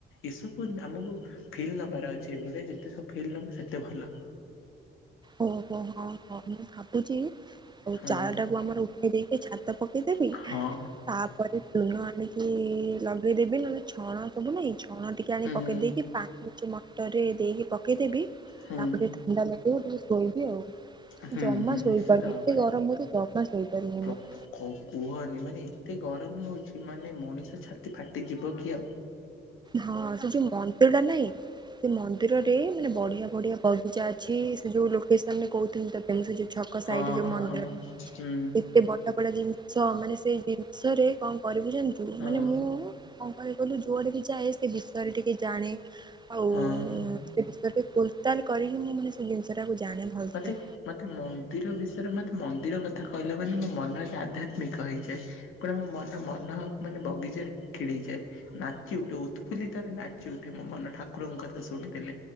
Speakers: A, on the left (about 80°); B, on the right (about 20°).
A: ଏସବୁ ଆମକୁ ଫିଲ୍ ନବାର ଅଛି ଏଗୁଟେ ଯେତେ ସବୁ ଫିଲ୍ ନବ ସେତେ ଭଲ।
B: ଓହୋ ହୋ ହୋ ହଁ ହଁ ମୁଁ ଭାବୁଚି ଓଉ
A: ହଁ।
B: ଚାଳଟାକୁ ଆମର ଉଠେଇ ଦେଇକି ଛାତ ପକେଇ ଦେବି।
A: ହଁ
B: ତାପରେ ଚୁନ ଆଣିକି ଲଗେଇ ଦେବି ନହେଲେ ଛଣ ସବୁ ନାଇଁ ଛଣ ଟି କେ ଆଣି
A: ହୁଁ
B: ପକେଇ ଦେଇକି ପାଣି ହୋଉଚି ମଟରରେ ଦେଇକି ପକେଇ ଦେବି
A: ହୁଁ
B: ତାପରେ <unintelligible> ଥଣ୍ଡା ଲାଗିବ ଟିକେ। ଶୋଇବି ଆଉ
A: ହୁଁ
B: ଜମା
A: ହୁଁ
B: ଶୋଇପାରୁନି
A: ନିଶ୍ଚିତ ଭାବରେ।
B: ଏତେ ଗରମ ହୋଉଚି ଜମା ଶୋଇପାରୁନି
A: ପ୍ର
B: ମୁଁ?
A: କୁହନି ମାନେ ଏତେ ଗରମ ହୋଉଚି ମାନେ ମଣିଷ ଛାତି ଫାଟିଯିବ କି ଆଉ।
B: ହଁ ସେ ଯୋଉ ମଣ୍ଟୁ ଦା ନାଇଁ। ସେ ମନ୍ଦିରରେ ମାନେ ବଢିଆ ବଢିଆ ବଗିଚା ଅଛି। ସେ ଯୋଉ ଲୋକୋସନରେ କଉଥିଲି ତତେ ସେ ଯୋଉ ଛକ ସାଇଟି
A: ହଁ
B: ଯୋଉ
A: ହଁ
B: ମନ୍ଦିର
A: ହଁ ହୁଁ
B: ଏତେ ବଟ ଟଡା ଜିନିଷ ମାନେ ସେଇ ଜିନଷରେ କଣ କରିବୁ ଜାଣିଚୁ
A: ହଁ
B: ମାନେ ମୁଁ କଣ କହିବି କହିଲୁ ଯୁଆଡେ ବି ଚାହେ ସେ ବିଷୟରେ ଟିକେ ଜାଣେ ଆଉ
A: ହଁ।
B: ସେ ବିଷୟରେ ଟିକେ ଖୋଲତାଲ କରିକି ମୁଁ ମାନେ ସେ ଜିନିଷଟାକୁ ଜାଣେ ଭଲସେ।
A: ମତେ ମତେ ମନ୍ଦିର ବିଷୟରେ ମତେ ମନ୍ଦିର କଥା କହିଲେ ମାନେ ମୋ ମନଟା ଆଧ୍ୟାତ୍ମିକ ହେଇଯାଏ। ପୁରା ମୋ ମନ ମନ ମାନେ ବଗିଚାରେ କିଳିହେଇଯାଏ। ନାଚି ଉଠେ ଉତଫୁଲ୍ଲିତରେ ନାଚି ଉଠେ ମୋ ମନ ଠାକୁରଙ୍କ କଥା ଶୁଣିଦେଲେ।